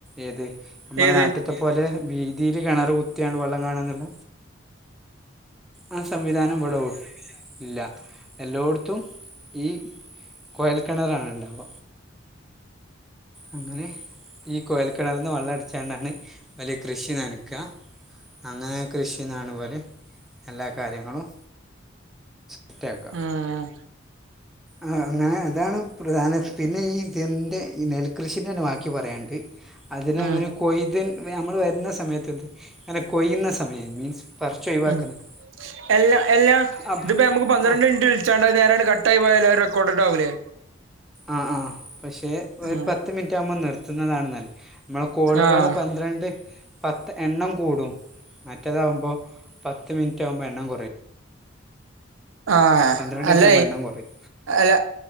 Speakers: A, in the centre; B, on the right.
A: ഏത് നമ്മുടെ
B: ഏത്
A: നാട്ടിത്. ത്പോലെ വീതില് കിണറ് കുത്തിണ് വെള്ളം കാണ എന്നുള്ള. ആ സംവിധാനം വിടോ ഇല്ല എല്ലോടത്തും ഈ കോയൽക്കിണറാണ് ഇണ്ടാവ. അങ്ങനെ ഈ കോയൽ കിണർന്ന് വെള്ളം അടിച്ചുണ്ടാണ് ഇവൽ കൃഷി നനക്ക. അങ്ങനെ കൃഷിന്നാണ് പോലെ എല്ലാ കാര്യങ്ങളും. ഒറ്റക്ക
B: ഉം
A: ആ അങ്ങനെ അതാണ് പ്രധാന പിന്നെ ഈ ഇതിന്റെ ഈ നെൽകൃഷിന്റെണ് വാക്കി പറയാനണ്ട്. അതിനങ്ങനെ
B: ഉം
A: കൊയ്ത് നമ്മൾ വരുന്ന സമയത്ത ഇത് ങ്ങനെ കൊയ്യുന്ന സമയ മീൻസ് പറിച്ച് ഒഴിവാക്കുന്നത്
B: ഉം എല്ലാ എല്ലാ
A: അപ്പം
B: ഇതിപ്പോ നമുക്ക് പന്ത്രണ്ട്
A: ആ
B: മിനിറ്റ് വി ച്ചാടാ നേരല് കട്ടായി പോയാല് റെക്കോഡ്ണ്ടാവില്ലേ?
A: ആഹ് ആ പഷേ ഒരു
B: ഉം
A: പത്ത് മിനിറ്റ് ആകുമ്പോ നിർത്തുന്നതാണ് നല്ലേ. മ്മളെ കോളുകള്
B: ആഹ്
A: പന്ത്രണ്ട്. പത്ത് എണ്ണം കൂടും മറ്റേതാമ്പോ പത്ത് മിനിറ്റ് ആകുമ്പോഎണ്ണം കുറയും.
B: ആഹ്
A: പന്ത്രണ്ട്മിന്റ്
B: അല്ല
A: ആകുപോ എണ്ണം കോറിം
B: അല്ല